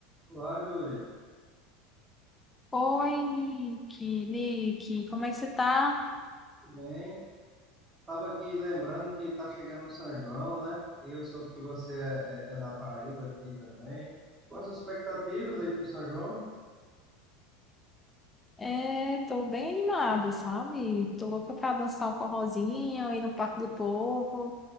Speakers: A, on the right (about 25°); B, on the left (about 15°).
A: Olá, Júlia.
B: Oi, Nick, Nick, como é que você tá?
A: Tudo bem? Estava aqui lembrando que está chegando o São João, né? E eu soube que você é, é, é da Paraíba aqui também. Quais as expectativas aí para o São João?
B: É, tô bem animada, sabe? Tô louca pra dançar um forrozinho, ir no Parque do Povo,